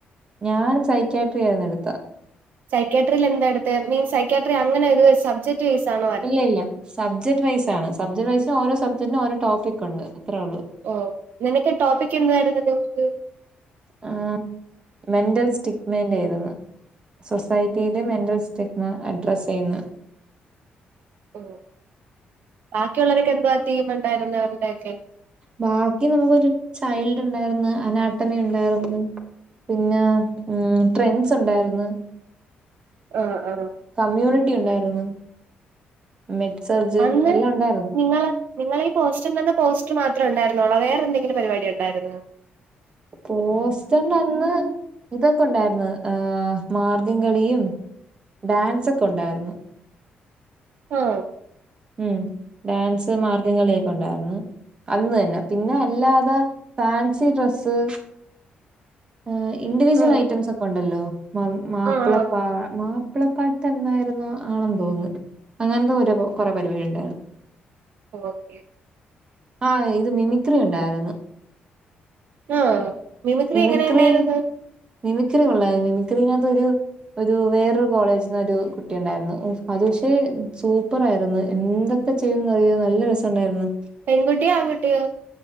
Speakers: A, on the right; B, on the right.
A: ഞാൻ സൈക്യാട്രി ആയിരുന്നു എടുത്തേ.
B: സൈക്യാട്രിയിൽ എന്താ എടുത്തേ, മീൻസ് സൈക്യാട്രി അങ്ങനെ ഒരു സബ്ജെക്ട്. ബേസിയാണോ?
A: ഇല്ല ഇല്ല സബ്ജക്ട് വൈസ് ആണ് സബ്ജക്ട് വൈസിന് ഓരോ സബ്ജക്റ്റിനും ഓരോടോപ്പിക്കുണ്ട് അത്രേ ഒള്ളൂ
B: ഓ നിനക്ക് ടോപ്പിക് എന്നതായിരുന്നു ടോപ്പിക്ക്
A: ആഹ് മെന്റൽ സ്റ്റിക്മേന്റേയ്ര്ന്നു സൊസൈറ്റിയില് മെന്റൽ സ്റ്റിഗ്മ അഡ്രസെയ്യുന്ന
B: <unintelligible> ബാക്കിയുള്ളരൊക്കെ എന്തവാറ്റ്യ ഉണ്ടായിരുന്ന അവരുടെൊക്കെ
A: ബാക്കി നമുക്കൊരു ചൈൽഡ് ഉണ്ടായിരുന്നു അനാട്ടമി ഉണ്ടായിരുന്നു പിന്നെ ഉം ട്രെൻസുണ്ടായിരുന്നു.
B: ആഹ് ആഹ്
A: കമ്മ്യൂണിറ്റി ഉണ്ടായിര്ന്നു മെറ്റ്സർജ്
B: അന്ന്
A: എല്ലാം ഉണ്ടായിരുന്നു
B: നിങ്ങള് നിങ്ങളീ ഈ പോസ്റ്റർനിന്ന് പോസ്റ്റർ മാത്രേണ്ടായിരുന്നോള്ളോ വേറെന്തെങ്കിലും പരിപാടി ഒണ്ടായിരുന്നോ
A: പോസ്റ്റർന്റന്ന് ഇതൊക്കെ ഉണ്ടായിരുന്നു ആ മാർഗംകളിയും ഡാൻസൊക്കെ ഉണ്ടായിരുന്നു
B: ആഹ്
A: ഉം ഡാൻസ് മാർഗകളിയൊക്കെ ഉണ്ടായിരുന്നു. അന്ന് തന്നെ പിന്നെ അല്ലാതെ ഫാൻസി ഡ്രസ്സ്. ആഹ് ഇൻഡിവിജ്വൽ
B: ആഹ്
A: ഐറ്റംസ് ഒക്കെ ഒണ്ടല്ലോ മാപ് മാപ്പിളപ്പാ
B: ആഹ്
A: മാ പിളപ്പാട്ടെന്നായിരുന്നു ആണെന്ന് തോന്നുന്ന് അങ്ങൻത്തെ ഓരോ പൊ കുറെ പരിവാടി ഇണ്ടായിരുന്നു.
B: ഓക്കെ
A: ആഹ് ഇത് മിമിക്രി ഉണ്ടാരുന്നു
B: ആഹ് മിമിക്രി
A: മിമിക്രിയിൽ
B: എങ്ങനെ ഉണ്ടായിരുന്നു?
A: മിമിക്രി കൊള്ളായിര്ന്നു മിമിക്രിനക്കത്തൊരു ഒരു വേറൊരു കോളേജ്ന്ന് ഒരു കുട്ടി ഉണ്ടായിരുന്നു അത് പക്ഷെ സൂപ്പറായിരുന്നു എൻന്തൊക് ക്കെ ചെയ്യാൻ കയ്യോ നല്ല രസണ്ടായിരുന്നു.
B: പെൺകുട്ടിയോ ആൺകുട്ടിയോ?